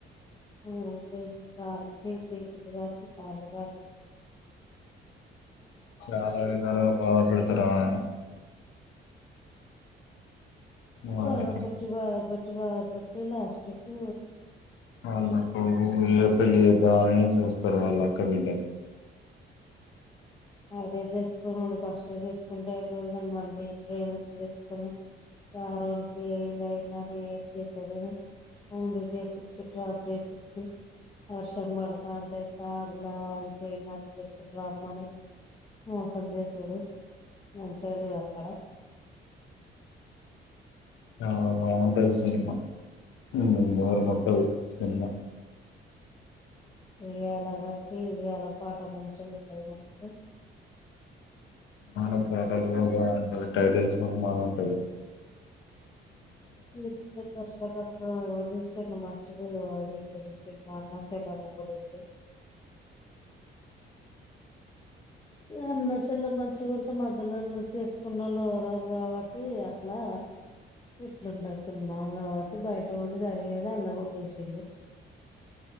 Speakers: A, on the left; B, on the left.
A: ఊమ్ మస్ కాల్చి చేతులు గాల్చి, కాళ్లు గాల్చి
B: చాలా విధాలుగా బాధ పెడుతరామెను. వాళ్ళకు
A: బాధ పెట్టు బాధ పెట్టు బాధ పె టే లాష్టుకు
B: <unintelligible> దాన్ని ఏం చూస్త తను వాళ్ళక్క బిడ్డ
A: అదే చేసుకోనిండు ఫస్ట్ చేసుకుంటే అయిపోదు కాని మళ్ళీ దీన్ని ప్రేమించి చేసుకొని కారనికి ఏదయిందని ఏది చేసాడు గుండు చేపిచ్చి ట్రాప్ చేపిచ్చి వర్షం పడుతాంటే కార్లా ఆగిపోయిందని చెప్పాడు రమ్మని మోసం చేసాడు మంచిగా లేదు అక్కడ
B: చాలా బావుంటది సినిమా హ్మ్ బోరు కొట్టదు సినిమా
A: ఉయ్యాల కట్టి ఉయ్యాల పాట మంచిగా ఉంటది మస్తు
B: మన <unintelligible> టైటిల్స్ బావుం అదే
A: హ్మ్ దర్శకత్వమా అ సిన్న మచకు అది సిన్న సినిమా అన్న సల అన్న గురిచ్చి అన్న చెల్లె మంచిగా ఉంటే మ పెద్దల చేసుకున్న వాళ్ళు ఎరరు కాబట్టి అట్లా ఇట్లుంటారు సినిమా కాబట్టి బయట కూడా జరిగేది అల్లా కూడా చేసేళ్ళు